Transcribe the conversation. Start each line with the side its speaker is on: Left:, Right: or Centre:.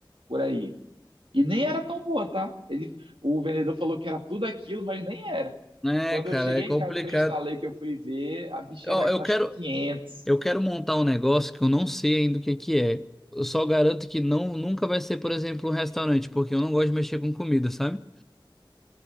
Right: por aí. E nem era tão boa, tá? Ele, o vendedor falou que era tudo aquilo, mas nem era.
Centre: É,
Right: Quando
Centre: cara,
Right: eu cheguei
Centre: é complicado.
Right: em casa que eu instalei, que eu fui ver, a bicha
Centre: Ó,
Right: era,
Centre: eu
Right: eu acho
Centre: quero,
Right: que quinhentos
Centre: eu quero montar um negócio que eu não sei ainda o que que é. Eu só garanto que não, nunca vai ser, por exemplo, um restaurante, porque eu não gosto de mexer com comida, sabe?